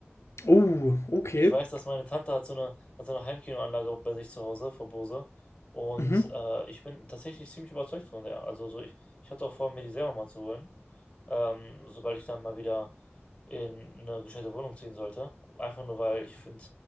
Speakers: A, on the left; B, on the left.
A: Oh, okay.
B: Ich weiß, dass meine Tante hat so eine, hat so eine Heimkinoanlage bei sich zu Hause von Bose. Und
A: Mhm.
B: äh, ich bin tatsächlich ziemlich überzeugt von der. Also so ich, ich hatte auch vor, mir die selber mal zu holen. ähm, sobald ich dann mal wieder in eine gescheite Wohnung ziehen sollte. Einfach nur, weil ich finde,